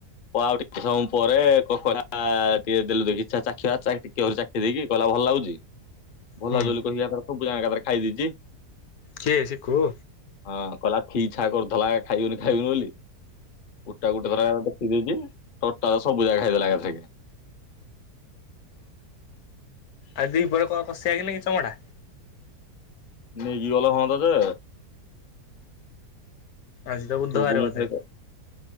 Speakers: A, on the left; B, on the left.
A: ଉ ଟେ ସମୟ ପରେ କକ ଟିକେ ଦେଲୁଦେଲୁ ଦେଖିଛା ଚଖିଆ ଟ ଚା ଖ ଦେଇକି କହିଲା ଭଲ ଲାଗୁଛି? ଭଲ
B: ହୁଁ
A: ଲାଗଛି ବୋଲି କହିକି ସବୁ ଜାଗାରେ ଖାଇ ଦେଇେଛି।
B: କିଏ ସିକୁୁ?
A: ହଁ କହିଲା ଛା କରୁଦଲା ଖାଇବୁନି ଖାଇବୁନି ବୋଲି ଉଟା ଗୋଟେ ଥର ଦେଖିଦ ଦେଇଉଛି ଟଟା ସବୁ ଯାଗା ଖାଇଦେଲା ଏକାଥରକେ
B: ଆଉ ଦି ପରେ କ କଷିଆଗ ନା କି ଚମଡ଼ା
A: ନେଇକି ଗଲେ ହୁଅନ୍ତା ଯେ
B: ଆଜି ତ ବୁଧବାର
A: ତୁ ଗୁମ
B: ବୋଧେ
A: ଖାଇ